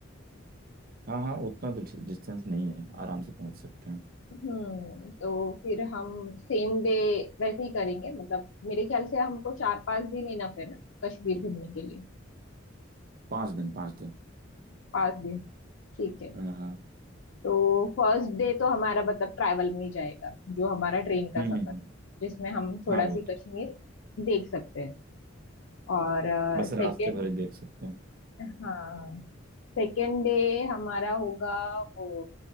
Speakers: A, on the right; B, on the left.
A: हाँ हाँ उतना डिस्टेंस नहीं है आराम से पहुंच सकते हैं
B: हम्म तो फिर हम सेम डे वैसे ही करेंगे मतलब मेरे ख्याल से हमको चार पांच दिन इनफ है ना कश्मीर घूमने के लिए
A: पाँच दिन पाँच दिन
B: पांच दिन ठीक है
A: हाँ हाँ
B: तो फर्स्ट डे तो हमारा मतलब ट्रैवल में ही जाएगा जो हमारा ट्रेन का
A: हम्म
B: सफर
A: हम्म, हम्म।
B: जिसमें हम थोड़ा
A: हाँ वो
B: सी
A: तो
B: कश्मीर देख सकते हैं और
A: बस
B: सेकेंड
A: रास्ते भर ही देख सकते हैं
B: हाँ सेकेंड डे हमारा होगा वो